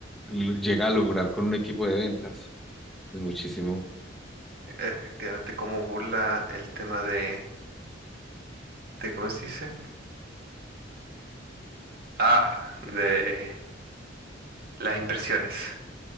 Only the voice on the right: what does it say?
efectivamente, cómo burla el tema de, de ¿cómo se dice? Ah, de las inversiones.